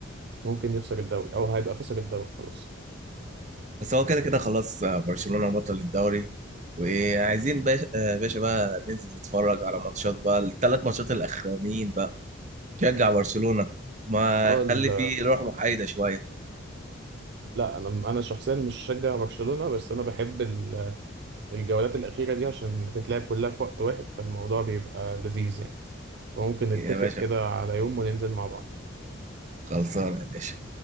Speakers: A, on the right; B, on the right.
A: ممكن يخسر الدوري او هيبقى خسر الدوري خلاص
B: بس هو كده كده خلاص آه، برشلونة بطل الدوري وعايزين باشا آه، باشا بقى ننزل نتفرج على ماتشات بقى الثلاث ماتشات الاخرانيين بقى شجع برشلونة ما
A: اه ال-
B: خلي فيه روح محايدة شوية
A: لا انا انا شخصيا مش شجع برشلونه بس انا بحب ال- الجولات الاخيره دي عشان بتتلعب كلها في وقت واحد فالموضوع بيبقى لذيذ يعني فممكن نتفق
B: يا باشا
A: كده على يوم وننزل مع بعض
B: خلصانة يا باشا